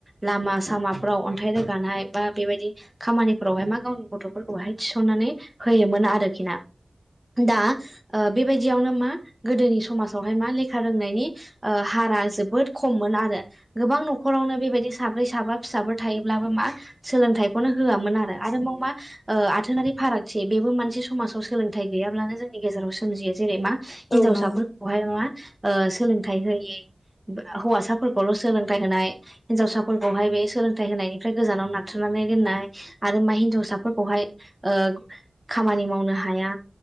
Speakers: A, on the right; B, on the left.
A: लामा सामाफ्राव अन्थाइ रोगानाय बा बेबायदि खामानिफोरावहाय मा गाव गथ'फोरखौ थिसननानै होयोमोन आरोखि ना। दा ओ बेबायदियावनो मा गोदोनि समाजावहाय मा लेखा रोंनायनि ओ हा रा जोबोद खममोन आरो। गोबां न'खरावनो बेबायदि साब्रै साबा फिसाफोर थायोब्लाबो मा सोलोंथाइखौनो होआमोन आरो आरोबाव मा आथोनारि फारागथि बेबो मोनसे समाजाव सोलोंथाइ गैयाब्लानो जोंनि गेजेराव सोमजियो जेरै मा
B: औ
A: हिनजावसाफोरखौहाय
B: नंगौ नोंथां
A: मा ओ सोलोंथाइ होयै हौवासाफोरखौल' सोलों थाय होनाय हिनजावसाफोरखौहाय बे सोलों होनायनिफ्राय गोजानाव नाथ्रोदनानै दोननाय आरो मा हिनजावसाफोरखौहाय ओ खामानि मावनो हाया